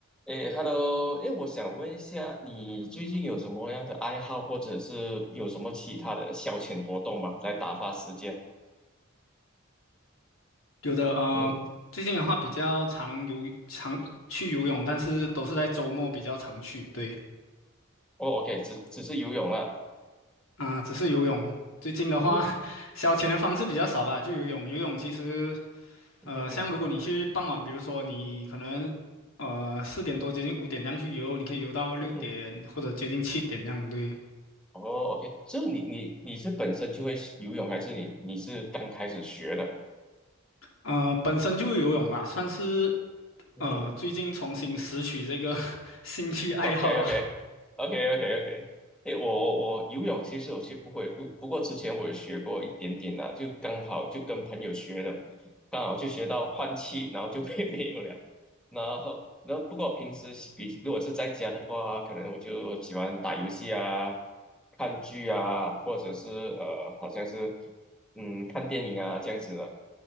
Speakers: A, in the centre; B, on the left (about 80°).
A: 诶，Hello，诶，我想问一下，你最近有什么样的爱好，或者是有什么其他的消遣活动吗？来打发时间？
B: 有的，呃，
A: 嗯，
B: 最近的话比较常游，常去游泳，但是都是在周末比较常去。对，
A: 哦，OK，只只是游泳了。
B: 啊、只是游泳。最近的话，
A: 嗯
B: <laughs> 消遣的方式比较少吧，就游泳。游泳其实，
A: 嗯嗯
B: 呃，像如果你去傍晚，比如说你可能，呃，四点多接近五点那样去游，你可以游到六点或者接近七点那样。
A: 嗯嗯，
B: 对，
A: 哦，OK，这你你你是本身就会游泳，还是你你是刚开始学的？
B: 呃，本身就游泳嘛，算是
A: 嗯
B: 呃最近重新拾取这个 <laughs> 兴趣爱好吧。
A: ，OK OK OK OK OK，诶，我我我游泳其实我是不会，不不过之前我有学过一点点啦、就刚好就跟朋友学的，刚好就学到换气，然后就没 <laughs> 没有了。然后，然后不过平时比如果是在家的话，可能我就喜欢打游戏啊、看剧啊，或者是呃，好像是嗯看电影啊这样子的。